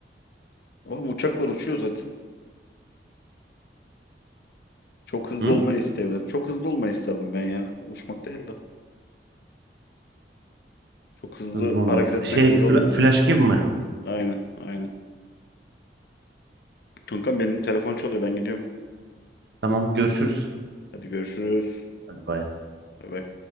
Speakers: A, on the left (about 60°); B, on the right (about 65°).
A: Ama uçak var uçuyor zaten. Çok hızlı
B: Hı?
A: olmayı isteyebilirim. Çok hızlı olmayı isterdim ben ya. Uçmak değil de. Çok hızlı
B: Hızlı olmak.
A: hareket etmek
B: Şey
A: güzel
B: fla-
A: olurdu.
B: flash gibi mi?
A: Aynen aynen. Kankam benim telefon çalıyor ben gidiyorum.
B: Tamam görüşürüz.
A: Hadi görüşürüz.
B: Hadi bay.
A: Bay bay.